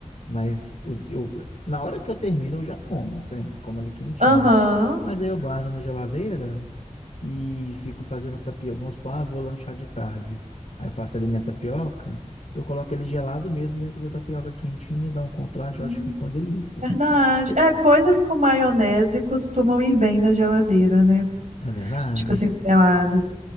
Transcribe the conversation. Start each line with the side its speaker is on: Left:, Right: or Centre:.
Left: mas eu, eu- na hora que eu termino, eu já como sempre, como ele quentinho.
Right: Aham.
Left: Mas aí eu guardo na geladeira e fico fazendo tapioca. Vamos supor, ah, vou lanchar de tarde. Aí eu faço ali minha tapioca. Eu coloco ele gelado mesmo dentro da tapioca quentinha, dá um contraste,
Right: Hum,
Left: eu acho que fica uma delícia.
Right: Verdade. É, coisas com maionese costumam ir bem na geladeira, né?
Left: É verdade?
Right: Tipo assim, gelados.